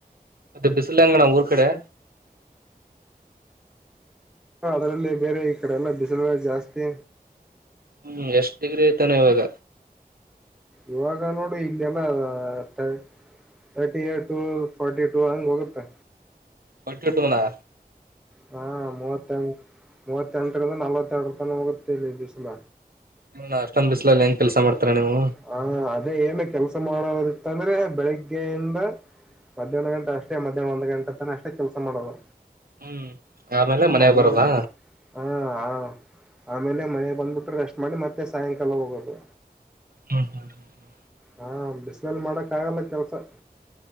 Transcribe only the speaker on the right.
ಮತ್ತೆ ಬಿಸಿಲಂಗಣ ಊರ್ ಕಡೆ
ಹ್ಮ್ ಎಷ್ಟ್ ಡಿಗ್ರಿ ಐತಾನ ಇವಾಗ
ಒಯಟ್ಟುಟುನ
ಏನಣ್ಣ ಅಷ್ಟೊಂದ್ ಬಿಸ್ಲಲ್ಲಿ ಹೆಂಗ್ ಕೆಲ್ಸ
ಮಾಡ್ತಾರ ನೀವು
ಹ್ಮ್ ಆಮೇಲೆ ಮನೆಗ್
ಬರೋದಾ
ಹ್ಮ ಹ್ಮ <inaudible>